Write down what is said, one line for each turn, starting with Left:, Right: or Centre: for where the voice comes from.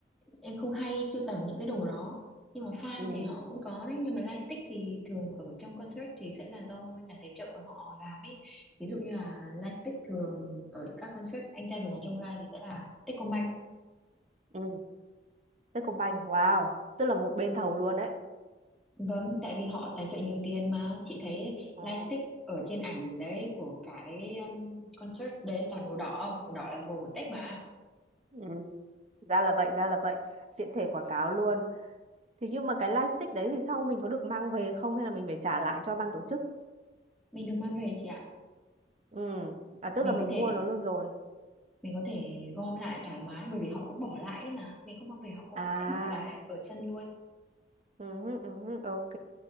Centre: em không hay sưu tầm những cái đồ đó. Nhưng mà fan
Right: ừ
Centre: thì họ cũng có đấy, nhưng mà lightstick thì thường ở trong concert thì sẽ là do nhà tài trợ họ làm ấy. Ví dụ như là lightstick thường ở các concert Anh trai vượt ngàn chông gai thì sẽ là Techcombank
Right: ừ Techcombank wow tức là một bên thầu luôn đấy
Centre: Vâng, tại vì họ tài trợ nhiều tiền mà chị thấy
Right: Ồ.
Centre: lightstick ở trên ảnh đấy của cả cái um, concert đấy toàn màu đỏ, màu đỏ là màu của Tết
Right: ừ
Centre: mà.
Right: ừ. ra là vậy ra là vậy tiện thể quảng cáo luôn thì nhưng mà cái lightstick đấy thì sau mình có được mang về không hay là mình phải trả lại cho ban tổ chức
Centre: Mình được mang về chị ạ.
Right: ừ à tức
Centre: Mình
Right: là mình
Centre: có thể
Right: mua nó luôn rồi
Centre: mình có thể gom lại thoải mái bởi vì họ cũng bỏ lại ấy mà, mình không mang về họ cũng
Right: à
Centre: sẽ bỏ lại ở sân luôn.
Right: Ừ, hứ, ừ, hứ, ok.